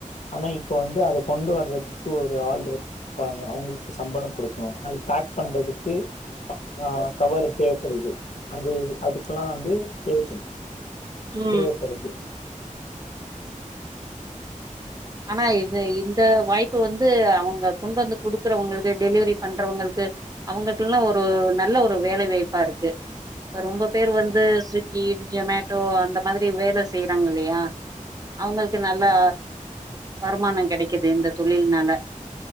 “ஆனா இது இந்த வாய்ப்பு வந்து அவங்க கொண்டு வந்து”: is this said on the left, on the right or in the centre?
Right